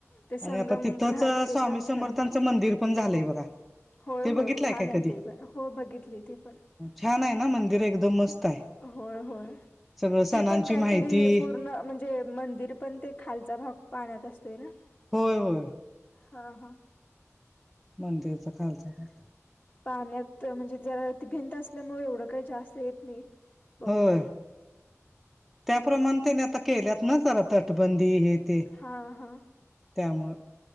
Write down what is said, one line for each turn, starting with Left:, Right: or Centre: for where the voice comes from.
Left: ते
Centre: आणि
Left: संगम
Centre: आता तिथंच
Left: घाट ते
Centre: स्वामी
Left: पण छान
Centre: समर्थांचं
Left: आहे तिथले
Centre: मंदिर पण झालंय बघा.
Left: होय
Centre: ते बघितलंय
Left: होय छान
Centre: काय
Left: आहे
Centre: कधी
Left: ते पण हो बघितली ते पण
Centre: छान आहे ना मंदिर एकदम मस्त आहे.
Left: होय होय
Centre: सगळं सणांची
Left: ते पण काहीतरी
Centre: माहिती
Left: पूर्ण म्हणजे जे मंदिर पण ते खालचा भाग पाण्यात असतोय ना.
Centre: होय होय.
Left: हा हा.
Centre: मंदिरचा खालचा भाग
Left: पाण्यात म्हणजे जरा ती भिंत असल्यामुळे एवढं काही जास्त येत नाही. बहुतेक
Centre: होय. त्याप्रमाणे त्याने आता केल्यात ना जरा तटबंदी आहेत.
Left: हा हा.
Centre: त्यामुळं